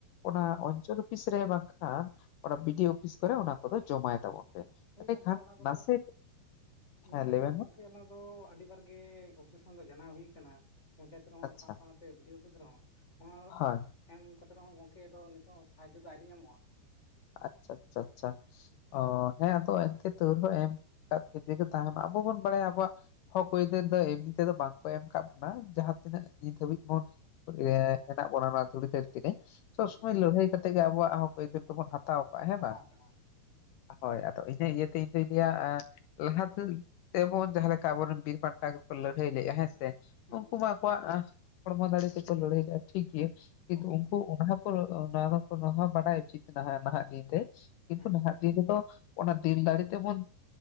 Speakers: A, on the left; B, on the left.
A: ᱚᱱᱟ
B: ᱦᱮᱸ
A: ᱚᱧᱪᱚᱞ ᱚᱯᱷᱤᱥ ᱨᱮ ᱵᱟᱝᱠᱷᱟᱱ ᱚᱱᱟ ᱵᱤᱰᱤᱭᱚ ᱚᱯᱷᱤᱥ ᱠᱚᱨᱮ ᱚᱱᱟ ᱠᱚᱫᱚ ᱡᱚᱢᱟᱭ ᱛᱟᱵᱚᱱ ᱯᱮ
B: ᱦᱳᱭ
A: ᱮᱸᱰᱮᱠᱷᱟᱱ
B: ᱜᱚᱝᱠᱮ ᱚᱱᱟ ᱠᱚᱫᱚ
A: ᱱᱟᱥᱮ
B: ᱚᱱᱟ
A: ᱦᱮᱸ ᱞᱟᱹᱭ
B: ᱠᱚᱫᱚ
A: ᱵᱮᱱ
B: ᱜᱚᱝᱠᱮ
A: ᱢᱟ
B: ᱚᱱᱟ ᱫᱚ ᱟᱹᱰᱤ ᱵᱟᱨ ᱠᱮ ᱚᱵᱡᱮᱠᱥᱚᱱ ᱫᱚ ᱡᱟᱱᱟᱣ ᱦᱩᱭ ᱠᱟᱱᱟ ᱯᱚᱧᱪᱟᱭᱮᱛ ᱨᱮᱦᱚᱸ
A: ᱟᱪᱪᱷᱟ
B: ᱥᱟᱶ ᱥᱟᱶᱛᱮ ᱵᱤᱰᱤᱭᱚ ᱚᱯᱷᱤᱥ ᱨᱮᱦᱚᱸ ᱚᱱᱟ
A: ᱦᱳᱭ
B: ᱮᱢ ᱠᱟᱛᱮ ᱨᱮᱦᱚᱸ ᱜᱚᱝᱠᱮ ᱟᱯᱫᱚ ᱱᱤᱛᱚᱜ ᱦᱚᱸ ᱥᱟᱦᱟᱡᱽᱡᱚ ᱫᱚ ᱟᱹᱣᱨᱤ ᱧᱟᱢᱚᱜᱼᱟ᱾
A: ᱟᱪᱪᱷᱟ ᱟᱪᱪᱷᱟ ᱟᱪᱪᱷᱟ ᱚ ᱦᱮᱸ ᱟᱫᱚ ᱮᱱᱛᱮ ᱛᱟᱹᱣ ᱨᱮᱦᱚᱸ ᱮᱢ ᱠᱟᱜ ᱤᱫᱤ ᱜᱮ ᱛᱟᱦᱮᱱᱟ ᱟᱵᱚ ᱵᱚᱱ ᱵᱟᱲᱟᱭᱟ ᱟᱵᱚᱣᱟᱜ ᱦᱚᱠ ᱟᱹᱭᱫᱟᱹᱨ ᱫᱚ ᱮᱢᱱᱤ ᱛᱮᱫᱚ ᱵᱟᱝᱠᱚ ᱮᱢ ᱠᱟᱜ ᱵᱚᱱᱟ ᱡᱟᱦᱟᱸ ᱛᱤᱱᱟᱹᱜ ᱱᱤᱛ ᱦᱟᱹᱵᱤᱡ ᱵᱚᱱ ᱮᱸ
B: ᱦᱳᱭ
A: ᱦᱮᱱᱟᱜ ᱵᱚᱱᱟ ᱱᱚᱣᱟ ᱫᱷᱩᱲᱤ ᱫᱷᱟᱹᱨᱛᱤ ᱨᱮ ᱥᱚᱵᱥᱚᱢᱚᱭ
B: ᱦᱮᱸ
A: ᱞᱟᱹᱲᱦᱟᱹᱭ ᱠᱟᱛᱮ ᱜᱮ ᱟᱵᱚᱣᱟᱜ ᱦᱚᱠ ᱟᱹᱭᱫᱟᱹᱨ ᱫᱚᱵᱚᱱ ᱦᱟᱛᱟᱣ ᱠᱟᱜᱼᱟ ᱦᱮᱸ
B: ᱦᱟᱛᱟᱣ
A: ᱵᱟᱝ
B: ᱠᱟᱜᱼᱟ
A: ᱦᱳᱭ ᱟᱫᱚ ᱤᱱᱟᱹ ᱤᱭᱟᱹᱛᱮ ᱤᱧᱫᱚᱧ ᱞᱟᱹᱭᱟ ᱮᱸ ᱞᱟᱦᱟᱛᱮ ᱛᱮᱢᱚᱱ ᱡᱟᱦᱟᱸ ᱞᱮᱠᱟ ᱟᱵᱚᱨᱮᱱ ᱵᱤᱨ ᱵᱷᱟᱱᱴᱟ ᱠᱚᱠᱚ ᱞᱟᱹᱲᱦᱟᱹᱭ ᱞᱮᱜᱼᱟ ᱦᱮᱸ ᱥᱮ
B: ᱦᱮᱸ
A: ᱩᱝᱠᱩ ᱢᱟ ᱟᱠᱚᱣᱟᱜ ᱟᱸ ᱦᱚᱲᱢᱚ ᱫᱟᱲᱮ ᱛᱮᱠᱚ ᱞᱟᱹᱲᱦᱟᱹᱭ ᱞᱮᱜᱼᱟ ᱴᱷᱤᱠᱜᱮᱭᱟ, ᱠᱤᱱᱛᱩ
B: ᱦᱳᱭ
A: ᱩᱝᱠᱩ ᱚᱱᱟ <unintelligible> ᱱᱚᱣᱟ ᱦᱚᱸ ᱵᱟᱰᱟᱭ ᱩᱪᱤᱛᱫ ᱱᱟᱦᱟ ᱱᱟᱦᱟᱜ ᱫᱤᱱ ᱨᱮ ᱠᱤᱱᱛᱩ
B: ᱦᱮᱸ
A: ᱱᱟᱦᱟᱜ ᱫᱤᱱ ᱨᱮᱫᱚ ᱚᱱᱟ ᱫᱤᱞ ᱫᱟᱲᱮ ᱛᱮᱵᱚᱱ